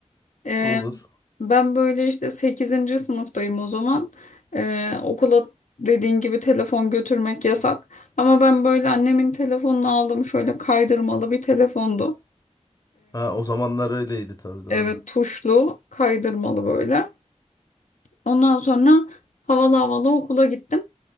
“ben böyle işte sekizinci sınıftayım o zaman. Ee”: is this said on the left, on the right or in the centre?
Left